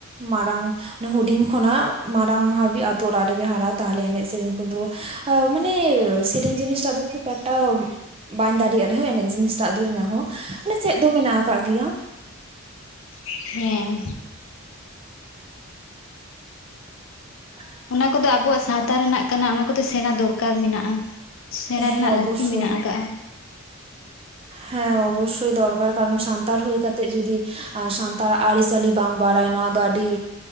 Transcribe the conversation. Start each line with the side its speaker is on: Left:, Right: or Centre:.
Right: ᱢᱟᱨᱟᱝ ᱚᱱᱮ ᱦᱩᱰᱤᱧ ᱠᱷᱚᱱᱟᱜ ᱢᱟᱨᱟᱝ ᱦᱟᱹᱵᱤᱡ ᱟᱛᱳ ᱚᱲᱟᱜ ᱨᱮᱜᱮ ᱦᱟᱨᱟ, ᱛᱟᱦᱞᱮ ᱮᱱᱮᱡ ᱥᱮᱨᱮᱧ ᱠᱚᱫᱚ ᱢᱟᱱᱮ ᱥᱮᱨᱮᱧ ᱡᱤᱱᱤᱥᱴᱟᱜ ᱫᱚ ᱠᱷᱩᱵ ᱮᱠᱴᱟ ᱵᱟᱹᱧ ᱫᱟᱲᱮᱭᱟᱜ ᱨᱮᱦᱚᱸ ᱮᱱᱮᱡ ᱡᱤᱱᱤᱥᱴᱟᱜ ᱫᱚ ᱤᱧᱟᱹᱜ ᱦᱚᱸ ᱢᱟᱱᱮ ᱪᱮᱫ ᱫᱚ ᱢᱮᱱᱟᱜ ᱟᱠᱟᱜ ᱜᱮᱭᱟ᱾
Left: <inaudible> ᱦᱮᱸ
Right: <unintelligible>
Left: ᱚᱱᱟ ᱠᱚᱫᱚ ᱟᱵᱚᱣᱟᱜ ᱥᱟᱶᱛᱟ ᱨᱮᱱᱟᱜ ᱠᱟᱱᱟ, ᱚᱱᱟ ᱠᱚᱫᱚ ᱥᱮᱬᱟ ᱫᱚᱨᱠᱟᱨ ᱢᱮᱱᱟᱜᱼᱟ᱾ ᱥᱮᱬᱟ
Right: ᱦᱮᱸ
Left: ᱨᱮᱱᱟᱜ
Right: ᱚᱵᱚᱥᱥᱳᱭ
Left: ᱞᱟᱹᱠᱛᱤ ᱢᱮᱱᱟᱜ ᱟᱠᱟᱜᱼᱟ᱾
Right: ᱦᱮᱸ ᱚᱵᱚᱥᱥᱳᱭ ᱫᱚᱨᱠᱟᱨ ᱠᱟᱨᱚᱱ ᱥᱟᱱᱛᱟᱲ ᱦᱩᱭ ᱠᱟᱛᱮᱜ ᱡᱩᱫᱤ ᱟᱨ ᱥᱟᱱᱛᱟᱲᱟᱜ ᱟᱹᱨᱤ ᱪᱟᱹᱞᱤ ᱵᱟᱝ ᱵᱟᱲᱟᱭ ᱱᱚᱣᱟ ᱫᱚ ᱟᱹᱰᱤ